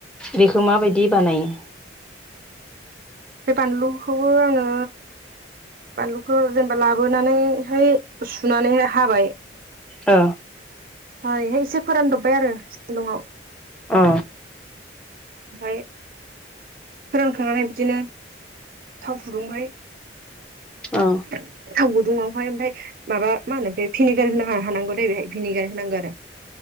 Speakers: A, in the centre; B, on the right.
A: बेखौ माबायदि बानायो
B: बे बानलुखौबो आङो बानलुखौ जेनेबा लाबोनानैहाय सुनानैहाय हाबाय
A: ओ
B: हायैहाय एसे फोरानदबबाय आरो सान्दुंआव
A: अ
B: फाय फोरानखांनानै बिदिनो थाव फुदुंबाय
A: औ
B: थाव गुदुङावहाय ओमफाय माबा मा होनो बे फिनिगार होनो हानांगौ दे बेहाय फिनिगार होनांगौ आरो